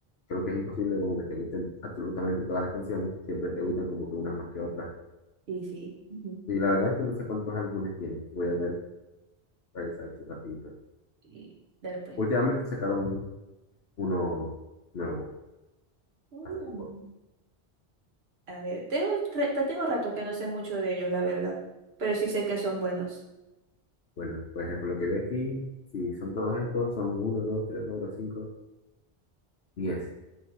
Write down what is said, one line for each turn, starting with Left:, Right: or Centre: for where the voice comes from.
Left: creo que es imposible como que te gusten absolutamente todas las canciones. Siempre te gustan como que unas más que otras.
Right: Sí, sí. Ujú.
Left: Sí, la verdad es que no sé cuántos álbumes tiene. Voy a ver, revisar aquí rapidito.
Right: Y dale pues.
Left: Últimamente sacaron uno nuevo,
Right: Mm.
Left: hace poco.
Right: A ver, tengo, re- ta- tengo rato que no sé mucho de ellos, la verdad, pero sí sé que son buenos.
Left: Bueno, pues por lo que veo aquí, si son todos estos, son uno dos tres cuatro cinco diez